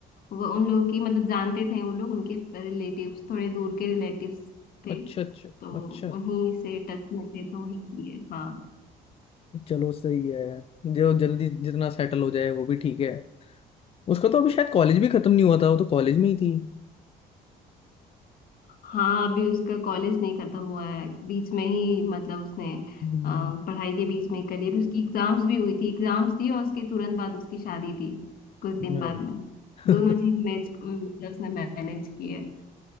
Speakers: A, on the left; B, on the left.
A: वो उन लोग की मतलब जानते थे वो लोग उनके रिलेटिव्स थोड़े दूर के रिलेटिव्स थे
B: अच्छा अच्छा
A: तो
B: अच्छा
A: उन्हीं से टच में थे तो वहीं किए हाँ
B: चलो सही है जो जल्दी जितना सेटल हो जाए वो भी ठीक है उसका तो अभी शायद कॉलेज भी खत्म नहीं हुआ था वो तो कॉलेज में ही थी
A: हाँ अभी उसका कॉलेज नहीं खत्म हुआ है बीच में ही मतलब उसने
B: हम्म,
A: अ, पढ़ाई के बीच में कर लिया अभी उसकी एग्जाम्स भी हुई थी एग्जाम्स थी और उसके तुरंत बाद उसकी शादी थी कुछ दिन
B: अरे,
A: बाद में
B: <laughs>
A: दोनों चीज मैच मतलब उसने मैनेज की है